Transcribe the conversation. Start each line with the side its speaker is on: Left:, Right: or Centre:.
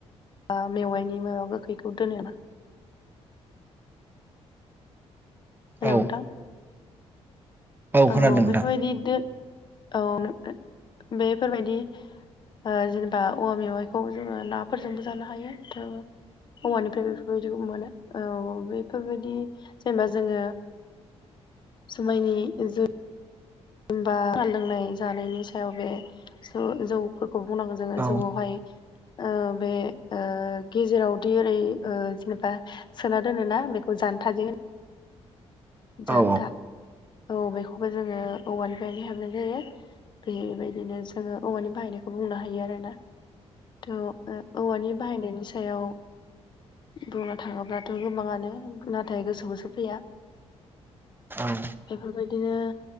Left: बा मेवाइनि मायाव गोखैखौ दोनो ना? हेल
Right: औ
Left: नोंथां? औ
Right: खोनादों नोंथां
Left: बेफोरबायदि दो औ बेफोरबायदि ओ जेनोबा औवा मेवाइखौ जोंङो नाफोरजोंबो जानो हायो। थ' औवानिफ्राय बेफोरबायदिखौ मोनो औ बेफोरबायदि जेनोबा जोंङो जुमायनि जु बा लोंनाय जानायनि सायाव बे जु जौ फोरखौ बुंनांगौ जोंङो
Right: औ
Left: जौयावहाय ओ बे ओ ओ गेजेरावदि ओरै ओ जेनोबा सोना दोनोना बेखौ जानथा जे जान्था
Right: औ
Left: औ बेखौबो जोङो औवानिफ्रायनो हेबनाय जायो। बेबायदिनो जोंङो औवानि बाहायनायखौ बुंनो हायो आरोना। थ' ओ औवानि बाहायनायनि सायाव बुंनो थाङोब्लाथ' गोबाङानो नाथाय गोसोयावसो फैया।
Right: औ।
Left: बेफोरबायदिनो